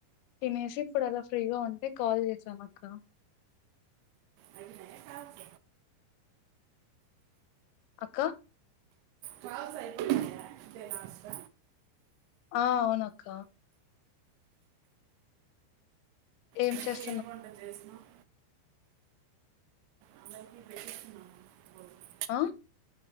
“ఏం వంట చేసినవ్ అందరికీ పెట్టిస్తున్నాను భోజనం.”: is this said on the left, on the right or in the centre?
Right